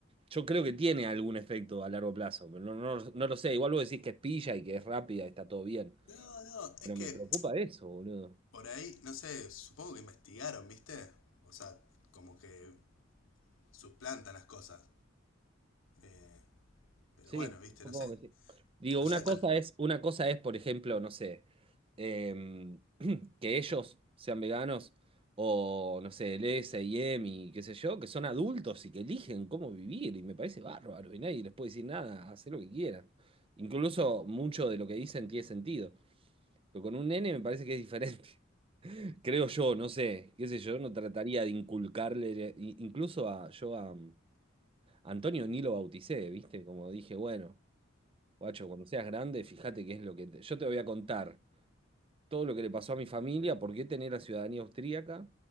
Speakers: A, on the right; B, on the left.
A: yo creo que tiene algún efecto a largo plazo, pero no, no, no lo sé. Igual vos decís que es pilla y que es rápida, está todo bien.
B: No, no,
A: Pero
B: es que
A: me preocupa eso, boludo.
B: Por ahí, no sé, supongo que investigaron, ¿viste? O sea, como que suplantan las cosas. Eh, pero
A: Sí,
B: bueno, ¿viste?
A: supongo
B: No sé.
A: que sí. Digo,
B: No
A: una
B: sé hasta...
A: cosa es, una cosa es, por ejemplo, no sé, eh, que ellos sean veganos o, no sé, el S&M y M y qué sé yo, que son adultos y que eligen cómo vivir y me parece bárbaro y nadie les puede decir nada, hacer lo que quieran. Incluso mucho de lo que dicen tiene sentido, pero con un nene me parece que es diferente. <laughs> Creo yo, no sé, qué sé yo, no trataría de inculcarle, i- incluso a yo a mm, Antonio ni lo bauticé, ¿viste? Como dije, bueno, guacho, cuando seas grande, fíjate qué es lo que te- yo te voy a contar todo lo que le pasó a mi familia, por qué tener la ciudadanía austríaca